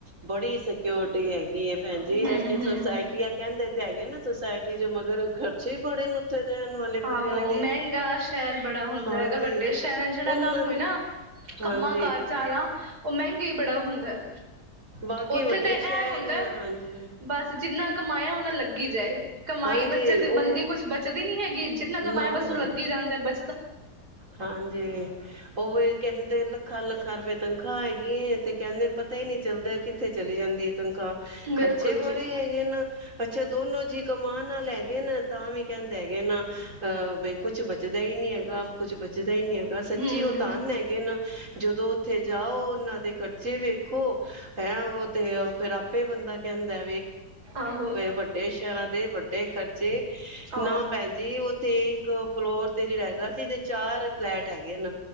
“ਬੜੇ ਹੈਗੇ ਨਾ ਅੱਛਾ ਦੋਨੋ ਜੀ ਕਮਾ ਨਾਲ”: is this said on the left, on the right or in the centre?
Right